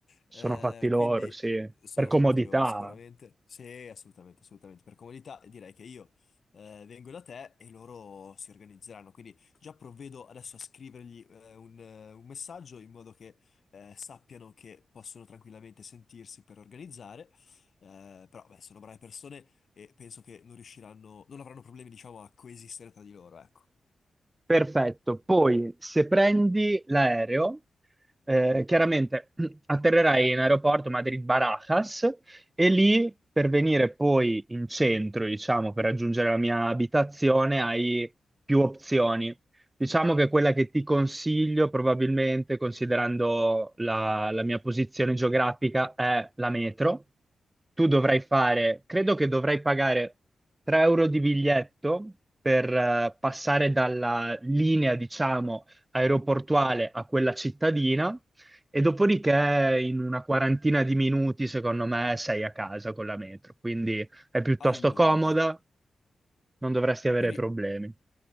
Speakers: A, on the left; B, on the right.
A: Eh,
B: Sono fatti loro,
A: quindi
B: sì,
A: sono
B: per comodità.
A: fatti loro, sicuramente. Sì, assolutamente, assolutamente. Per comodità direi che io eh, vengo da te e loro si organizzeranno. Quindi già provvedo adesso a scrivergli eh, un, eh, un messaggio in modo che eh, sappiano che possono tranquillamente sentirsi per organizzare. Eh, però, beh, sono brave persone e penso che non riusciranno, non avranno problemi, diciamo, a coesistere tra di loro, ecco.
B: Perfetto. Poi, se prendi l'aereo, eh, chiaramente <clears throat> atterrerai in aeroporto Madrid-Barajas e lì per venire poi in centro, diciamo, per raggiungere la mia abitazione, hai più opzioni. Diciamo che quella che ti consiglio, probabilmente, considerando la, la mia posizione geografica, è la metro. Tu dovrai fare, credo che dovrai pagare 3 euro di biglietto per eh, passare dalla linea, diciamo, aeroportuale a quella cittadina e dopodiché in una quarantina di minuti, secondo me, sei a casa con la metro. Quindi è piuttosto
A: Allora,
B: comoda, non dovresti avere
A: quindi
B: problemi.